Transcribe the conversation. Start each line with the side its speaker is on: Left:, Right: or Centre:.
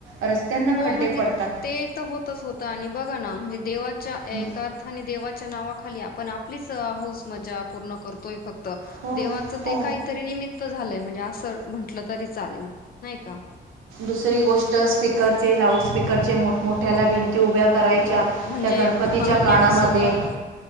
Right: रस्त्यांना
Left: हो
Right: खड्डे
Left: म्हणजे
Right: पडतात.
Left: ते तर होतच होत आणि बगा ना म्हणजे देव च्या
Right: हं.
Left: एका अर्थाने देवाच्या च्या नावाखाली आपण आपलीच हौस, मजा पूर्ण करतोय फक्त
Right: हो,
Left: देवाच
Right: हो.
Left: ते काहीतरी निमित्त झालंय. म्हणजे अस म्हटलं तरी चालेल, नाही का?
Right: दुसरी गोष्ट स्पीकरचे, लाऊडस्पीकरचे मोठमोठ्याला
Left: हो
Right: भिंती उभ्या करायच्या
Left: हो म्हणजे
Right: त्या गणपतीच्या
Left: पाण्यांसोबत
Right: कानामध्ये.